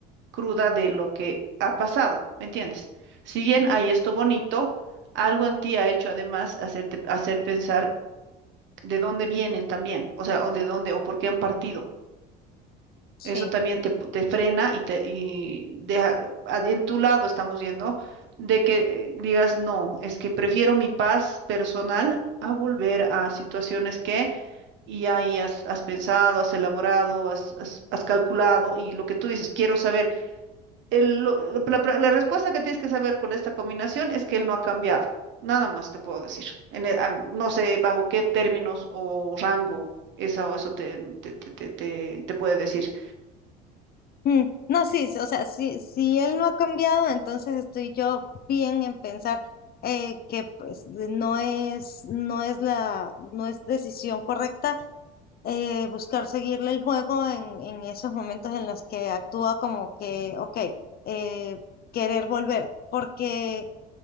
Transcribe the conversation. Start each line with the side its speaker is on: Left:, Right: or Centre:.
Right: cruda de lo que ha pasado, ¿me entiendes? Si bien
Left: Ujú,
Right: hay esto bonito, algo en ti ha hecho además hacerte, hacer pensar de dónde vienen también, o sea, o de dónde, o por qué han partido.
Left: Sí.
Right: Eso también te, te frena y te y deja a- en tu lado, estamos viendo, de que eh, digas, no, es que prefiero mi paz personal a volver a situaciones que y ahí has, has pensado, has elaborado, has, has- has calculado y lo que tú dices, quiero saber. El- lo- la, la- la respuesta que tienes que saber con esta combinación es que él no ha cambiado. Nada más te puedo decir. En el- al- no sé bajo qué términos o rango eso, eso te, te, te, te te- te puede decir.
Left: Mm, No, sí, o sea, si, si él no ha cambiado, entonces estoy yo bien en pensar eh, que pues de- no es, no es la, no es decisión correcta eh, buscar seguirle el juego en, en esos momentos en los que actúa como que, ok, eh, querer volver, porque